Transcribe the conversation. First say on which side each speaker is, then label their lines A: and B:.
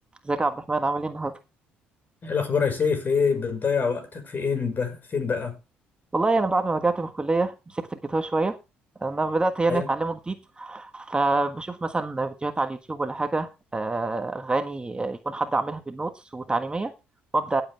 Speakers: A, on the right (about 20°); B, on the left (about 40°).
A: ازيك يا عبد الرحمن عامل ايه النهارده؟
B: ايه الاخبار يا سيف ايه بتضيع وقتك في ايه بقى فين بقى
A: والله انا بعد ما رجعت من الكليه مسكت الجيتار شويه انا بدات يعني
B: ايوه
A: اتعلمه جديد فبشوف مثلا فيديوهات على اليوتيوب ولا حاجه آه، اغاني آه، يكون حد عاملها بالنوتس وتعليميه وابدا